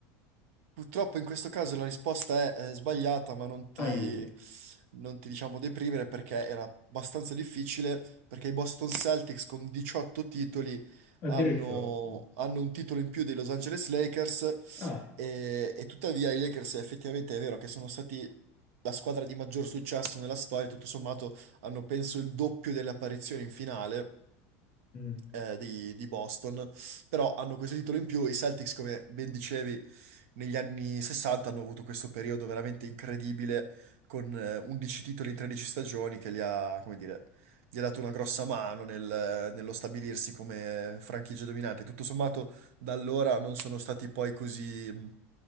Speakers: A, on the right; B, on the left.
A: Purtroppo in questo caso la risposta è, eh, sbagliata, ma non ti,
B: Ai,
A: non ti diciamo deprimere perché era abbastanza difficile, perché i Boston Celtics con 18 titoli
B: addirittura.
A: hanno,
B: Mm.
A: hanno un titolo in più dei Los Angeles Lakers
B: Ah,
A: e, e tuttavia i Lakers effettivamente è vero che sono stati la squadra di maggior successo nella storia, tutto sommato hanno penso il doppio delle apparizioni in finale
B: mm,
A: eh, di, di Boston, però hanno questo titolo in più. I Celtics, come ben dicevi, negli anni 60 hanno avuto questo periodo veramente incredibile con eh, 11 titoli in 13 stagioni che gli ha, come dire, gli ha dato una grossa mano nel- nello stabilirsi come franchigia dominante. Tutto sommato, da allora non sono stati poi così, mh,